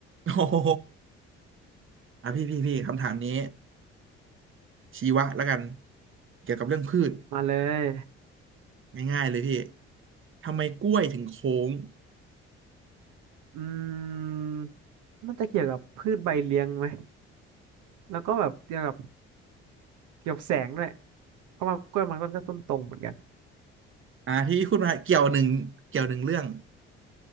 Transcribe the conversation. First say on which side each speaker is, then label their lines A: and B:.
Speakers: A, on the right; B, on the right.
A: <laughs> โอ้โหอ่ะพี่พี่พี่คำถามนี้ชีวะแล้วกันเกี่ยวกับเรื่องพืช
B: มาเลย
A: ง่ายๆเลยพี่ทำไมกล้วยถึงโค้ง
B: อืมมันจะเกี่ยวกับพืชใบเลี้ยงไหมแล้วก็แบบเกี่ยวกับเกี่ยวกับแสงด้วยเพราะว่ากล้วยมันก็ต้นตรงเหมือนกัน
A: อ่าที่พี่พูดมาเกี่ยวหนึ่งเกี่ยวหนึ่งเรื่อง